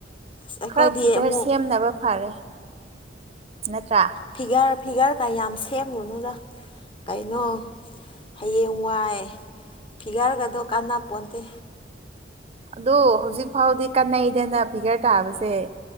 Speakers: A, on the left (about 30°); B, on the right (about 35°).
A: ꯑꯁ ꯑꯩꯈꯣꯏꯗꯤ
B: ꯈꯔ ꯐꯤꯒ꯭ꯔ
A: ꯑꯃꯨꯛ
B: ꯁꯦꯝꯅꯕ ꯐꯔꯦ ꯅꯠꯇ꯭ꯔꯥ
A: ꯐꯤꯒ꯭ꯔ ꯐꯤꯒ꯭ꯔꯗ ꯌꯥꯝ ꯁꯦꯝꯂꯨꯅꯨꯗ ꯀꯩꯅꯣ ꯍꯌꯦꯡꯋꯥꯏ ꯐꯤꯒ꯭ꯔꯒꯗꯣ ꯀꯟꯅꯄꯣꯟꯇꯦ
B: ꯑꯗꯣ ꯍꯧꯖꯤꯛ ꯐꯥꯎꯗꯤ ꯀꯥꯟꯅꯩꯗꯅ ꯐꯤꯒ꯭ꯔ ꯇꯥꯕꯁꯦ